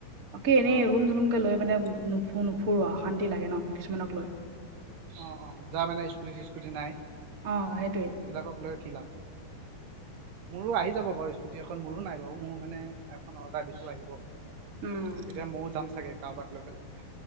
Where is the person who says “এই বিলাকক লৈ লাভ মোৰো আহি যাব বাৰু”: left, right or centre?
Right